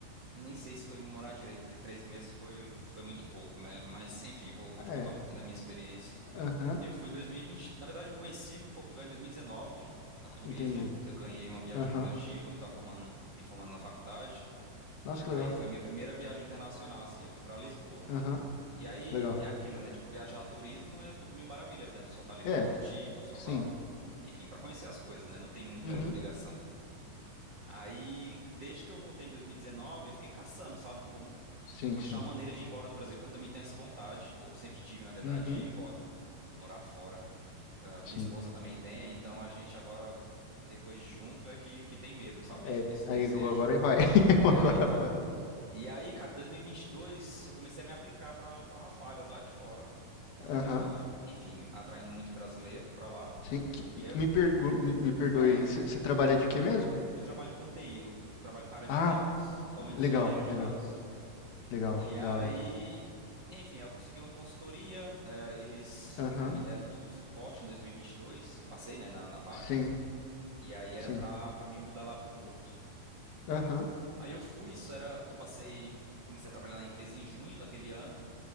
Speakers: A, on the right (about 75°); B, on the left (about 65°).
A: Nem sei se foi morar direito, porque três meses foi, foi muito pouco, né? Mas, enfim, vou, vou te
B: é,
A: contar um pouquinho da minha experiência.
B: aham,
A: Eu fui em 2020. Na verdade, eu conheci Portugal em 2019, a turismo.
B: entendi.
A: Eu ganhei uma viagem
B: Aham,
A: do meu tio quando eu estava formando, me formando na faculdade.
B: nossa, que
A: Aí
B: legal.
A: foi minha primeira viagem internacional, assim. Eu fui para Lisboa.
B: Aham,
A: E aí
B: legal.
A: é aquilo, né? Tipo, viajar a turismo é tudo mil maravilhas, né? Tu só tá ali
B: É,
A: pra curtir, tu só
B: sim,
A: tá, enfim, pra conhecer as coisas, né? Não tem muita
B: uhum,
A: obrigação. Aí, desde que eu voltei em 2019, eu fiquei caçando, sabe? Como
B: sim,
A: achar
B: sim.
A: uma maneira de ir embora do Brasil, porque eu também tenho essa vontade, ou sempre tive, na verdade,
B: Uhum.
A: de ir embora, morar fora. Ah, minha
B: Sim.
A: esposa também tem, então a gente agora, depois de junto, é que, que tem mesmo, sabe?
B: É,
A: Esse
B: aí
A: desejo.
B: agora agora vai. <laughs> agora
A: É, então.
B: vai.
A: E aí, cara, em 2022, eu comecei a me aplicar para para umas vagas lá de fora. Portugal
B: Aham.
A: tava, enfim, atraindo muito brasileiro para lá.
B: Sim. Que-
A: E
B: que-
A: aí eu,
B: Me, pergu- me, me perdoe.
A: fala, falei.
B: Você trabalha de quê mesmo?
A: Eu trabalho com TI, eu trabalho com área
B: Ah,
A: de dados. Atualmente eu
B: legal,
A: sou engenheiro de
B: legal,
A: dados.
B: legal,
A: E
B: da
A: aí,
B: hora.
A: enfim, eu consegui uma consultoria, eh, eles
B: Aham.
A: eh, me deram todo o suporte em 2022, eu passei, né, na, na vaga,
B: Sim,
A: e aí era
B: sim.
A: pra, pra me mudar lá pro Porto.
B: Aham.
A: Aí eu fui, isso era, eu passei, comecei a trabalhar na empresa em junho daquele ano,